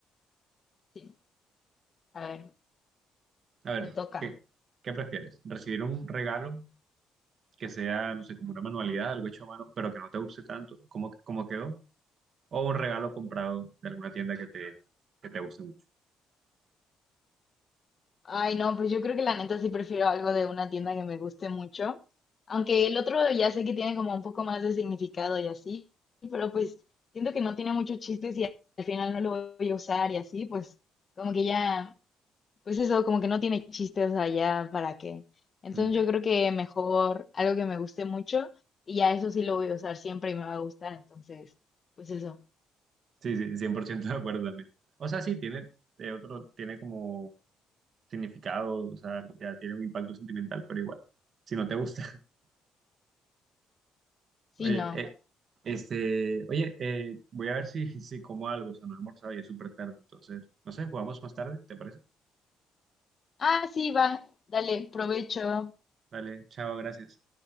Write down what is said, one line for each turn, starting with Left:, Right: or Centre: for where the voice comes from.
Left: Sí, a ver,
Right: A ver,
Left: te toca.
Right: ¿qué, qué prefieres? ¿Recibir un regalo que sea, no sé, como una manualidad, algo hecho a mano, pero que no te guste tanto, como, como quedó? ¿O un regalo comprado de alguna tienda que te, que te guste mucho?
Left: Ay, no, pues yo creo que la neta sí prefiero algo de una tienda que me guste mucho, aunque el otro ya sé que tiene como un poco más de significado y así, pero pues siento que no tiene muchos chistes y al final no lo voy a usar y así, pues como que ya Pues eso, como que no tiene chiste, o sea, ya para qué. Entonces
Right: Mm.
Left: yo creo que mejor algo que me guste mucho y ya eso sí lo voy a usar siempre y me va a gustar. Entonces, pues eso.
Right: Sí, sí, 100% de acuerdo también. O sea, sí, tiene, eh, otro, tiene como significado, o sea, ya tiene un impacto sentimental, pero igual, si no te gusta,
Left: Sí,
Right: Oye,
Left: no.
Right: eh, este, oye, eh, voy a ver si, <laughs> si como algo, o sea, no he almorzado y es súper tarde, entonces, no sé, jugamos más tarde, ¿te parece?
Left: Ah, sí, va. Dale, provecho.
Right: Dale, chao, gracias.